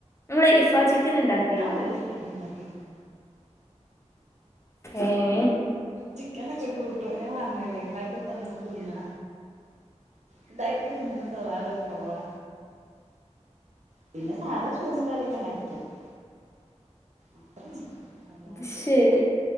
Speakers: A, on the left; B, on the right.
A: നിങ്ങൾ ഇഫാ ചിക്കൻ ഉണ്ടാക്കിയണോ
B: ഞാൻ ഒരു ചിക്കനുണ്ടാക്കിയിട്ടില്ല.
A: ഏഹ്
B: ചിക്കനൊക്കെ കൂട്ടും ഞാൻ പറഞ്ഞില്ലേ ഉണ്ടാക്കി തന്നാ തിന്നാ. ഉണ്ടാക്കി തിന്നണ സ്വഭാവൊക്കെ കുറവാ. പിന്നെ സാധാ ചോറും കറിയൊക്കെ ഉണ്ടാക്കി തിന്നും അത്രയുള്ളൂ. അല്ലാണ്ട്
A: അത് ശരി